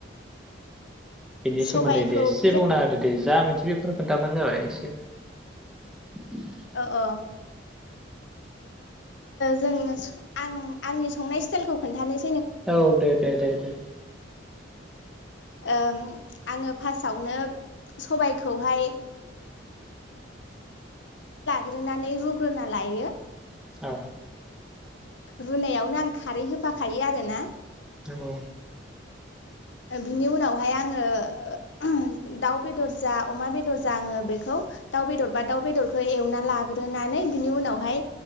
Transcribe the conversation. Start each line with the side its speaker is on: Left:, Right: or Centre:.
Centre: बेनि
Left: सबायखौ
Centre: सोमोन्दै दे एसे
Left: औ
Centre: बुंना होदो दे जा मिथिगो बेखौनो खोन्थाबानो जाबाय? से
Left: औ अ ओ जों आं-आंनि संनाय स्ताइल खौ खोनथानो
Centre: औ दे दे दे दे
Left: ओम आङो फार्स्टआवनो सबायखौहाय ग्रोनानै रुग्रोना लायो
Centre: औ
Left: रुनायावनो आं खारै होफाखायो आरोना
Centre: औ
Left: बिनि उनावहाय आङो दाउ बेदर जा अमा बेदर जा आङो बेखौ दाउ बेदर बा दाउ बेदरखो एवना लाग्रोनानै बिनि उनावहाय